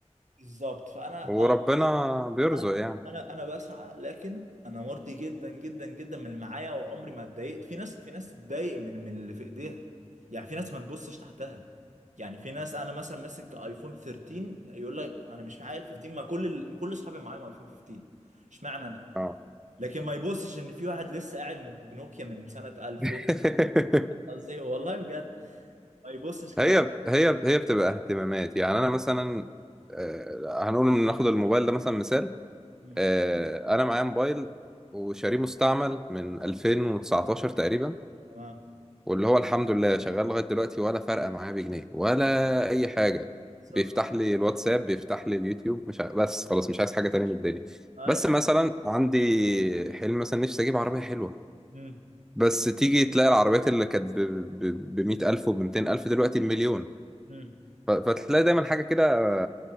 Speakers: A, on the right; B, in the centre.
A: بالظبط فانا
B: وربنا
A: اه
B: بيرزق
A: انا
B: يعني
A: انا انا بسعى لكن انا مرضي جدا جدا جدا من اللي معايا وعمري ما اتضايقت في ناس في ناس تتضايق من من اللي في ايديها يعني في ناس ما تبصش تحتها يعني في ناس انا مثلا ماسك ايفون 13 يقول لك انا مش معايا ال 15 ما كل ال... كل اصحابي معايا ايفون 15 اشمعنى انا
B: اه
A: لكن ما يبصش ان في واحد لسه قاعد بنوكيا من سنة 2000
B: <laughs>
A: قصدي والله بجد ما يبصش كده
B: هي هي هي بتبقى اهتمامات يعني انا مثلا آه، هنقول ان ناخد الموبايل ده مثلا مثال
A: مم.
B: آه، انا معايا موبايل وشاريه مستعمل من 2019 تقريبا
A: تمام
B: واللي هو الحمد لله شغال لغاية دلوقتي ولا فارقة معايا بجنيه ولا أي حاجة
A: بالظبط
B: بيفتح لي الواتساب بيفتح لي اليوتيوب مش ع... بس خلاص مش عايز حاجة تانية من الدنيا
A: اي
B: بس مثلا عندي حلم مثلا نفسي أجيب عربية حلوة
A: مم.
B: بس تيجي تلاقي العربيات اللي كانت ب 100000 ألف وب 200000 ألف دلوقتي بمليون
A: مم.
B: ف... فتلاقي دايما حاجة كده